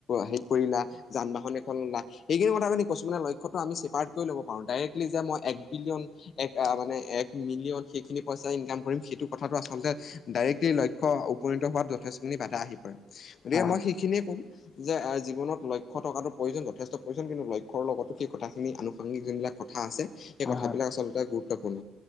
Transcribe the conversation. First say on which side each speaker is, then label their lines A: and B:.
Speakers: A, on the left (about 50°); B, on the left (about 30°).
A: হেৰি কৰিলা, যানবাহন এখন ললা এইখিনি কথাখিনি কৈছোঁ মানে লক্ষ্যতো আমি ছেপাৰট কৰি ল'ব পাৰো ডাইৰেক্টলি যে মই এক বিলিয়ন এক মানে এক মিলিয়ন সেইখিনি পইচা ইনকাম কৰিম সেইটো কথাটো আচলতে ডাইৰেক্টলি লক্ষ্যত উপনীত হোৱাত যথেষ্টখিনি বাধা আহি পৰে
B: হয়
A: গতিকে মই সেইখিনিয়ে ক'ম যে জীৱনত লক্ষ্য থকাটো প্ৰয়োজন যথেষ্ট প্ৰয়োজন কিন্তু লক্ষ্যৰ লগতো সেই কথাখিনি আন সাংগিক যোনবিলাক কথা আছে সেই
B: হয়
A: কথাবিলাক
B: হয় হয়
A: আচলতে গুৰুত্বপূৰ্ণ।